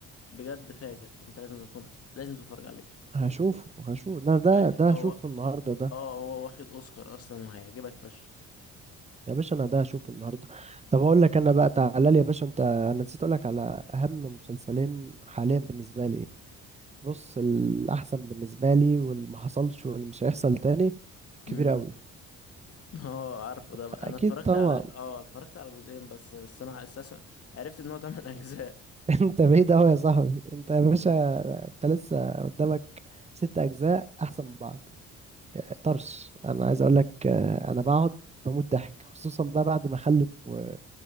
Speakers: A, on the left; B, on the right.
A: بجد فاجر انت لازم تكون لازم تتفرج عليه
B: هشوفه هشوف ده ده
A: آه،
B: ده
A: هو
B: هشوفه النهاردة ده
A: اه هو واخد اوسكار اصلا وهيعجبك فشخ
B: يا باشا أنا ده هشوفه النهاردة طب أقول لك أنا بقى تعالى لي يا باشا أنت أنا نسيت أقول لك على أهم مسلسلين حاليا بالنسبة لي بص الأحسن بالنسبة لي واللي ما حصلش واللي مش هيحصل تاني الكبير
A: امم
B: أوي
A: <laughs> اه عارفه ده بقى.
B: أكيد
A: انا اتفرجت
B: طبعا
A: على اه اتفرجت على جزئين بس بس انا اساسا عرفت ان هو تمن اجزاء
B: <laughs> انت بعيد قوي يا صاحبي انت يا باشا انت لسه قدامك ست اجزاء احسن من بعض طرش انا عايز اقول لك آه، انا بقعد بموت ضحك خصوصا بقى بعد ما خلف و...